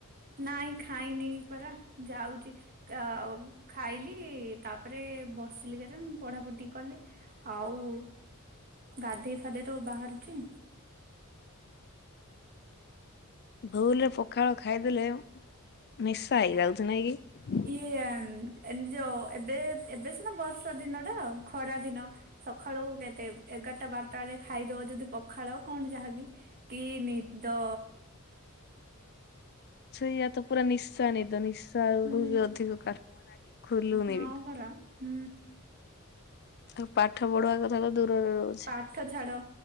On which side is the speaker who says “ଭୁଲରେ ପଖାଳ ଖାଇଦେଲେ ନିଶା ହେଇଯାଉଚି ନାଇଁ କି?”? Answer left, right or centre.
Left